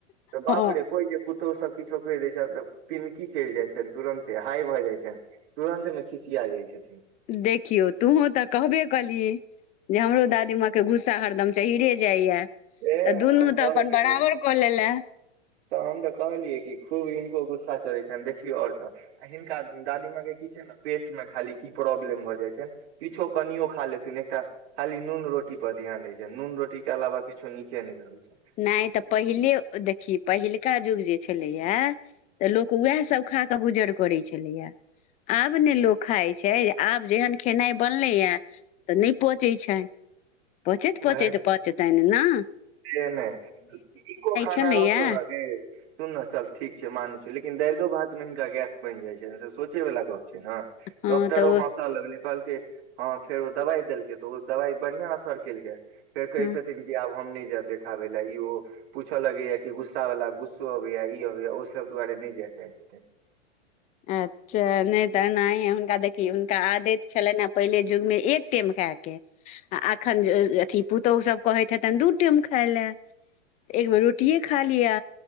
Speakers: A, on the right (about 55°); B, on the left (about 20°).
A: तऽबाप
B: हँ
A: रे कोइ जे पुत तो सभ किछो कहि दै छै न तऽ पिनकी चढ जाइ छनि तुरन्ते हाइ भ जाइ छैन तुरन्तमे खिसिया जाइ छथिन
B: देखियौ तुहूँ तऽ कहबे कलिही जे हमरो दादी माँ के गुस्सा हरदम चहिरे जाइया तऽ
A: से
B: दुनू
A: हम कहबे
B: तऽ अपन
A: केलियै
B: बराबर कऽ लेलैऽ
A: तऽ हम तऽ कहलियै कि खूब हिनको गुस्सा चढ़ै छैन देखियौ आओर सब आ हिनका दादी माँ के की छैन ने पेट मे खाली की प्रॉब्लम भऽ जाइ छैन किछो कनियो खा लेथुन एकटा खाली नून रोटी पर धियान रहय छैन, नून रोटी के अलावा किछो नीके नय लगै छैन
B: नै तऽपहिले देखही पहिलका युग जे छेलैया त लोक उएह सभ खा क ऽ गुजर करै छलैया आब ने लोक खाइ छै आब जेहेन खेनाइ बनलै ऐ तऽ नै पचै छैनपचैत
A: उएह
B: पचैत
A: छै
B: पचैन न
A: से नहि नीको खाना
B: छलैया
A: रहतौ न जी सुन ने चल ठीक छै माने छी यौ लेकिन दालियो भातमे हिनका गैस बनि जाइ छै ने सोचे वाला गप्प छै ने
B: हँ
A: डॉक्टरो
B: तऽ ओ
A: हंस हंसऽ लगलै कहलक हाँ फेर ओ दबाइ देलकै तऽ ओ दबाइ बढ़ियाँ असर केलकै फेर कहै
B: हँ
A: छथिन कि आब हम नहि जायब देखाबे ला इ ओ पूछय लगै या कि गुस्सा वला गुस्सो अबैया ई अबैया ओ सब दुआरे नहि जाए चाहै छथिन
B: अं चाहे नहि तऽ एनाहिं हुनका देखियो हुनका आदत छलनि हें पहिले जुगमे एक टाइम खाइके आ एखन जे अथि पुतोहु सब कहैत हेतन दू टाइम खाइ लाए एक बेर रोटिए खा लिअ